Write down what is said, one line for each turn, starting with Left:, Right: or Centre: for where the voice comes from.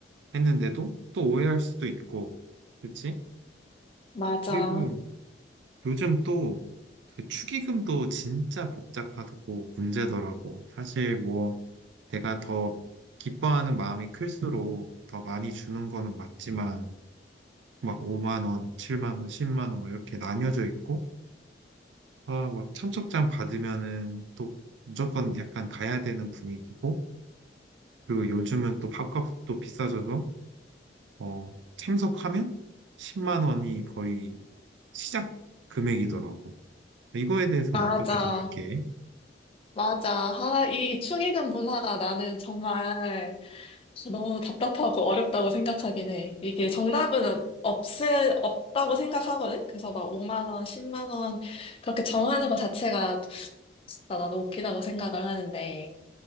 Right: 했는데도 또 오해할 수도 있고, 그치?
Left: 맞아.
Right: 그리고 요즘 또 그 축의금도 진짜 복잡하고 문제더라고. 사실 뭐 내가 더 기뻐하는 마음이 클수록 더 많이 주는 거는 맞지만, 막 5만 원, 7만 원, 10만 원 뭐 이렇게 나뉘어져 있고 아, 막 참석장 받으면은 또 무조건 약간 가야 되는 분위기고 그리고 요즘은 또 밥값도 비싸져서 어, 참석하면 10만 원이 거의 시작 금액이더라고. 이거에 대해서는
Left: 맞아.
Right: 어떻게 생각해?
Left: 맞아. 아, 이 이 축의금 문화가 나는 정말 너무 답답하고 어렵다고 생각하긴 해. 이게 정답은 없, 없다고 생각하거든? 그래서 막 5만 원, 10만 원 그렇게 정하는 것 자체가 진짜 나도 웃기다고 생각을 하는데.